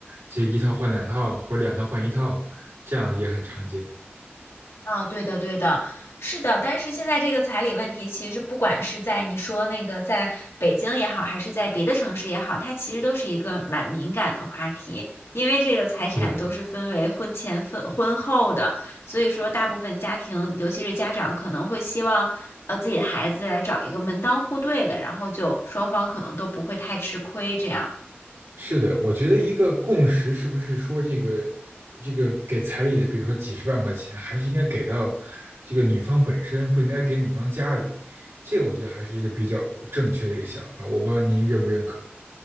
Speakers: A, on the right; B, on the left.
A: 这一套换两套，或者两套换一套，这样也很常见。
B: 啊，对的，对的，是的。但是现在这个彩礼问题，其实不管是在你说那个在北京也好，还是在别的城市也好，它其实都是一个蛮敏感的话题，因为这个财产都是分为婚前分婚后的，
A: 是的，
B: 所以说大部分家庭，尤其是家长，可能会希望呃自己的孩子来找一个门当户对的，然后就双方可能都不会太吃亏这样。
A: 是的，我觉得一个共识是不是说这个这个给彩礼的，比如说几十万块钱，还是应该给到这个女方本身，不应该给女方家里。这个我觉得还是一个比较正确的一个想法，我不知道您认不认可。